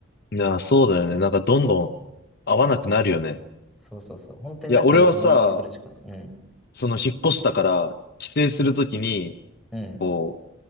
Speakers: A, on the left; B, in the centre.
A: いや、そうだよね。なんかどんどん合わなくなるよね。
B: そうそうそう。本当に仲いい友達ぐらいしか。
A: いや、俺はさ、
B: うん。
A: その引っ越したから、帰省するときに、
B: うん。
A: こ